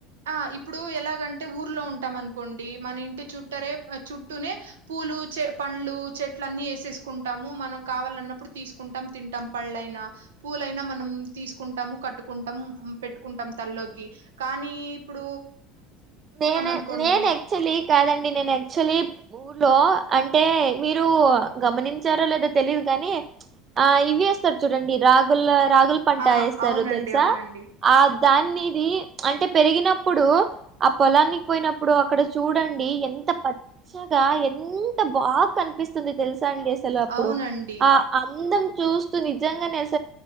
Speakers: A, on the right; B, on the right.
A: ఆ ఇప్పుడు ఎలాగంటే ఊర్లో ఉంటాం అనుకోండి మన ఇంటి చుట్టరే చుట్టూనే పూలు చె పండ్లు చెట్లు అన్ని వేసేసుకుంటాము మనం కావాలన్నప్పుడు తీసుకుంటాం తింటాం పళ్ళైనా పూలైనా మనం తీసుకుంటాము కట్టుకుంటాము పెట్టుకుంటాం తల్లో కి కాని ఇప్పుడు
B: నేనె
A: అనుకోండి
B: నేను యాక్చువలీ కాదండి నేను యాక్చువలీ ఊ ర్లో అంటే మీరు గమనించారా లేదా తెలియదు కాని ఆ ఇవి వేస్తారు చూడండి రాగుల రాగుల్ పంట
A: ఆ
B: ఏస్తారు
A: అవునండి
B: తెలుసా
A: అవునండి
B: ఆ దాన్నిది అంటే పెరిగినప్పుడు ఆ పొలానికి పోయినప్పుడు అక్కడ చూడండి ఎంత పచ్చగా ఎంత బాగా కనిపిస్తుంది తెలుసా సా అండి అసలు అప్పుడు
A: అవునండి
B: ఆ అందం చూస్తూ నిజంగానే అస